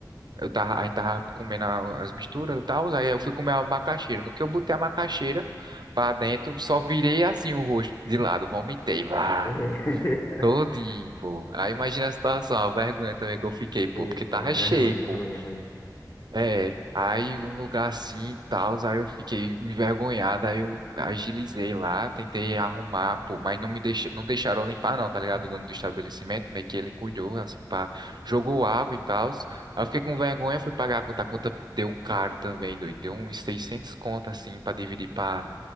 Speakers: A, on the right; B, on the left.
A: Eu tava, a gente tava comendo a- as misturas e tal, aí eu fui comer a macaxeira. No que eu botei a macaxeira pra dentro, só virei assim o rosto de lado, vomitei, vá,
B: <laughs>
A: todinho, pô. Aí imagina a situação, a vergonha também que eu fiquei, pô, porque
B: Então,
A: tava
B: é
A: cheio,
B: ruim, é
A: pô.
B: ruim, é ruim.
A: É, aí um lugar assim e tal, aí eu fiquei envergonhado, aí eu agilizei lá, tentei arrumar, pô, mas não me deix... não deixaram eu limpar não, tá ligado? O dono do estabelecimento, meio que ele cuidou, assim, pá, jogou água e tal, aí eu fiquei com vergonha, fui pagar a conta, a conta deu caro também, doido, deu uns 600 conto, assim, pra dividir pra,